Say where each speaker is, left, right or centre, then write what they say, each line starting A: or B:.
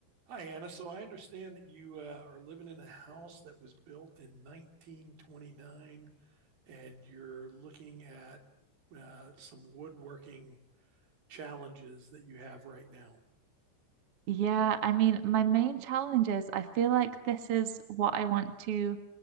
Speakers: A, on the right (about 65°); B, on the right (about 45°).
A: Hi, Anna. So I understand that you uh, are living in a house that was built in 1929 and you're looking at uh, some woodworking challenges that you have right now.
B: Yeah, I mean, my main challenge is I feel like this is what I want to